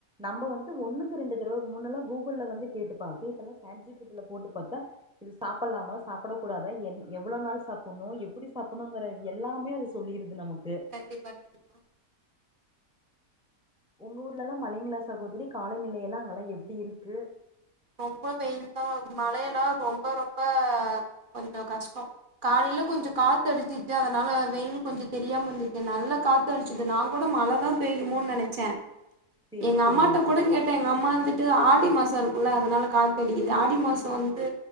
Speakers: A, in the centre; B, on the right (about 40°).
A: நம்ப வந்து ஒண்ணுக்கு ரெண்டு தரவ முன்னெல்லா கூகுள் வந்து கேட்டுப்பாப்பே இப்பலா சேட் ஜி பி டி ல போட்டு பாத்தா இது சாப்புட்லாமா சாப்பட கூடாதா எவ் எவ்ள நாள் சாப்புட்ணு எப்புடி சாப்புணுங்கற எல்லாமே அது சொல்லிருது நமக்கு
B: கண்டிப்பா கண்டிப்பா
A: உங்க ஊர்லலா மழங்க லா சகோதரி காலநிலையெல்லா அங்கெல்லா எப்டி இருக்கு
B: ரொம்ப வெயில் தா மழயெல்லா ரொம்ப ரொம்ப கொஞ்ச கஷ்டொ காலைல கொஞ்ச காத்து அடிச்சிச்சு அதனால வெயில் கொஞ்ச தெரியாமருந்துச்சு நல்ல காத்து அடிச்சுது நா கூட மழதா பெய்மோன்னு நெனைச்சே
A: சேரி
B: எங்க
A: சேரிங்க
B: அம்மாட்ட குட
A: சகோதரி
B: கேட்ட எங்க அம்மா வந்துட்டு ஆடி மாசருக்கு ல அதனால காத்த அடிக்குது ஆடி மாசோ வந்து